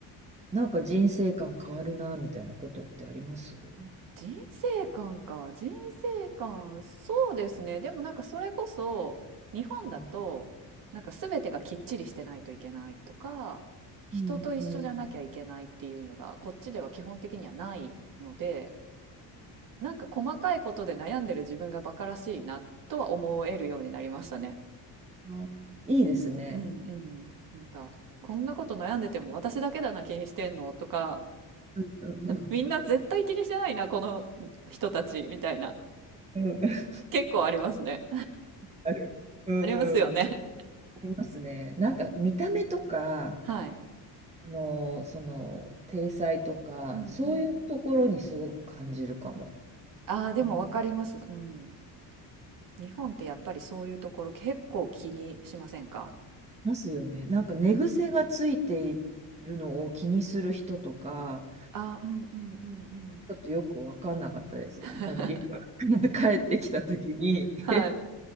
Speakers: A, on the right; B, on the right.
A: なんか人生観変わるな、みたいなことってありますう
B: 人生観か人生観そうですねでもなんかそれこそ日本だとなんか全てがきっちりしてないといけないとか人と一緒じゃなきゃいけないっていうのがこっちでは基本的にはないので
A: んうんうんうん。
B: なんか細かいことで悩んでる自分がバカらしいなとは思えるようになりましたね。
A: あーいいですね。
B: うんうん。なんか、こんなこと悩んでても私だけだな気にしてんのとか、
A: うんうんうん
B: みんな絶対気にしてないな、この人たちみたいな。
A: うん。<laughs>
B: 結構ありますね。
A: ある。
B: <laughs>
A: うんうん。
B: ありますよね。
A: ありますね。なんか見た目とか、
B: はい。
A: あの、その、体裁とか、
B: うんうん。
A: そういうところにすごく感じるかも。
B: ああ、でもわかります。
A: い
B: うん。日本ってやっぱりそういうところ結構気にしませんか
A: ますよね。なんか寝癖がついているのを気にする人とか、
B: うん。ああ、うんうんうんうん。
A: ちょっとよく分かんなかったです。
B: <laughs>
A: あの、リュックが <laughs> 帰ってきたときに、
B: はい。
A: ち